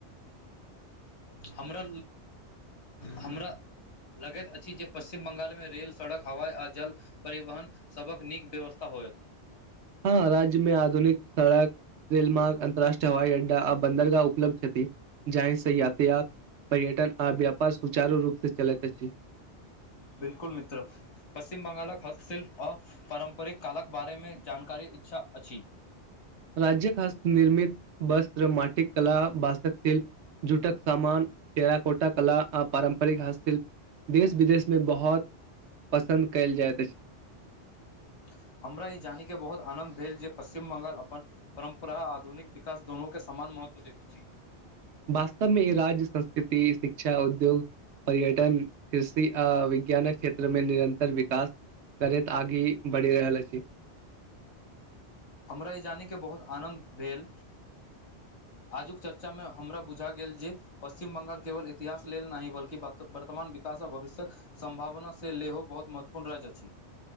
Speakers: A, on the left; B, on the right.
A: हमरा हमरा लगैत अछि जे पश्चिम बंगाल मे रेल सड़क हवाई आ जल परिवहन सभक नीक व्यवस्था हो होयत
B: हँ राज्यमे आधुनिक सड़क रेल मर्ग अन्तरराष्ट्रीय हवई अड्डा आ बन्दरगाह उलब्ध जाहि स यातयात पर्यटन आ व्यापार सुचारू रूपसँ चलैत अछि
A: बिलकुल मित्र पश्चिम बंगालक हस्तशिल्प आ पारंपरिक कालक बारेमे जानकारी इच्छा अछि
B: राज्य खास्त निर्मित वस्त्र माटिक कला बासक शिल्प झूटक सामान पेरा कोटा कला आ पारम्परिक हस्तश्प देश विदेशमे बहुत पसन्द कयल जाइत अछि
A: <unintelligible> हमरा ई जानी के बहुत आनंन्द भेल जे पश्चिम बंगाल अपन परम्परा आधुनिक विकास दोनू के सम समान महत्व दैत छी
B: वास्तवमे ई राज्य संस्कृति शिक्षा उद्योग पर्यटन कृषि आ विज्ञानक क्षेत्रमे निरन्तर विकास करेत आगे बढ़ि रहल अछि
A: हमरा ई जानयके बहुत आनन्द भेल आजुक चर्चा मे हमरा बुझा गेल जे पश्चिम बंगाल केवल इतिहास लेल नहि बल्कि वर्तमान विकास आ भविष्यक सम्भावना से लेहो बहुत महत्वपूर्ण राज्य अछि